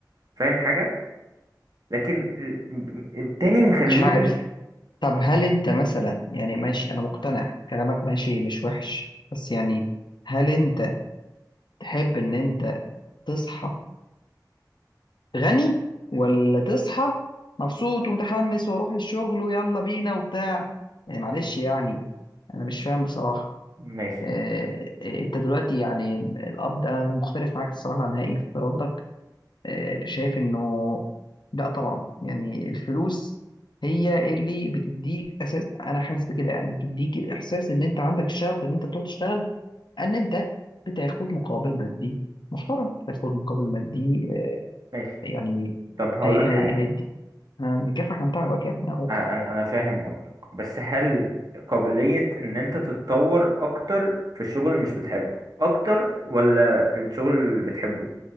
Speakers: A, on the right; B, on the left.
A: فاهم حاجة لكن ال- التاني مخليني
B: مش عارف طب هل انت مثلا يعني ماشي انا مقتنع كلامك ماشي مش وحش بس يعني هل انت تحب ان انت تصحى غني ولا تصحى مبسوط ومتحمس واروح الشغل ويلا بينا وبتاع يعني معلش يعني انا مش فاهم بصراحة
A: ماشي
B: آه، آه، انت دلوقتي يعني القبض انا مختلف معاك الصراحة نهائي في ردك آه، شايف انه لا طبعا يعني الفلوس هي اللي بتديك اساس انا حاسس بكده يعني بتديك الاحساس ان انت عندك الشغف ان انت تروح تشتغل ان انت بتاخد مقابل مادي محترم بتاخد مقابل مادي آه،
A: ماشي
B: يعني
A: طب هقولك
B: هي هي
A: حاجة
B: هيدي آه، هيكافئك عن تعبك يعني أقول.
A: انا أنا فاهم قصدك بس هل قابلية ان انت تتطور اكتر في الشغل اللي مش بتحبه اكتر ولا الشغل اللي بتحبه